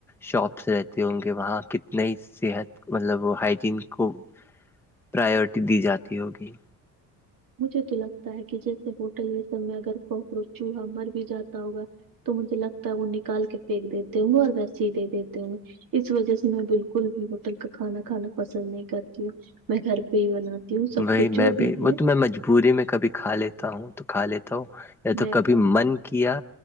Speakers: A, in the centre; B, on the right (about 50°).
A: شاپس رہتے ہوں گے وہاں کتنے ہی صحت مطلب ہائجین کو پراورٹی دی جاتی ہوگی
B: مجھے تو لگتا ہے کہ جیسے ہوٹل یہ سب میں اگر کوکروچ چوہا مر بھی جاتا ہوگا تو مجھے لگتا ہے وہ نکال کے پھینک دیتے ہوں گے اور ویسی ہی دے دیتے ہوں گے اس وجہ سے میں بالکل بھی ہوٹل کا کھانا کھانا پسند نہیں کرتی ہ میں گھر پہ ہی بناتی ہوں سب
A: وہی
B: کچھ جو
A: میں
B: بھی ہے
A: وہ تو میں مجبوری میں کبھی کھا لیتا ہوں تو کھا لیتا ہوں یا تو
B: میں
A: کبھی
B: بھی
A: من کیا